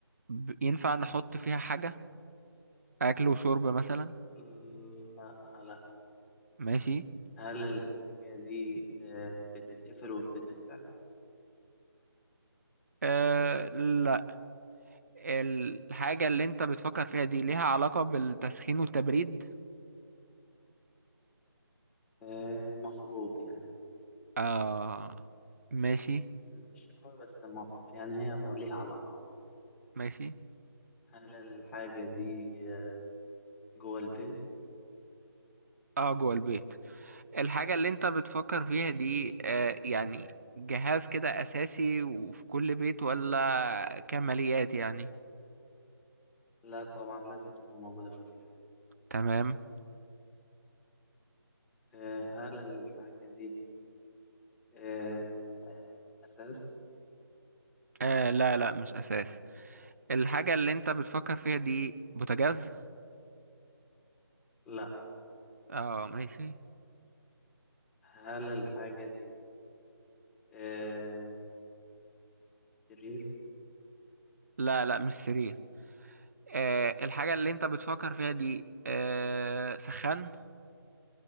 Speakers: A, on the right; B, in the centre.
A: ب- ينفع نحط فيها حاجة اكل وشرب مثلا
B: مم، لا لا
A: ماشي
B: هل الحاجة دي آه بتتقفل وبتتفتح؟
A: آه لا الحاجة اللي انت بتفكر فيها دي ليها علاقة بالتسخين والتبريد
B: آه مفروض يعني
A: آه ماشي
B: مش قوي بس مفروض يعني هي ليها علاقة
A: ماشي
B: هل الحاجة دي آه جوه البيت؟
A: اه جوه البيت الحاجة اللي انت بتفكر فيها دي آه يعني جهاز كده أساسي وفي كل بيت ولا كماليات يعني
B: لا طبعا لازم تكون موجودة في كل بيت
A: تمام
B: آه هل الحاجة دي آه، آه، أساس
A: آه لا لا مش أساس الحاجة اللي انت بتفكر فيها دي بوتاجاز
B: لا
A: اه ماشي
B: هل الحاجة دي آه، سرير
A: لا لا مش سرير آه الحاجة اللي انت بتفكر فيها دي آه سخان